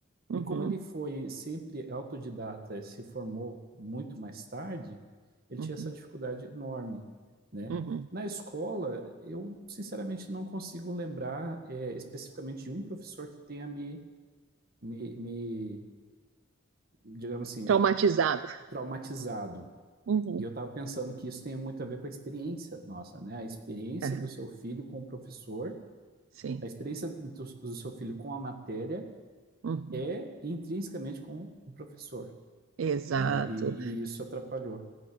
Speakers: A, on the right; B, on the right.
A: Uhum,
B: E como ele foi sempre autodidata, e se formou muito mais tarde, ele
A: uhum,
B: tinha essa dificuldade enorme, né?
A: uhum.
B: Na escola, eu sinceramente não consigo lembrar é, especificamente de um professor que tenha me, me, me, digamos assim,
A: Traumatizado.
B: traumatizado.
A: Uhum.
B: E eu estava pensando que isso tem muito a ver com a experiência nossa, né? A experiência
A: aham,
B: do seu filho com o professor,
A: Sim.
B: a experiência do, do seu filho com a matéria
A: Uhum.
B: é intrinsecamente com o professor.
A: Exato.
B: né? E, e isso atrapalhou.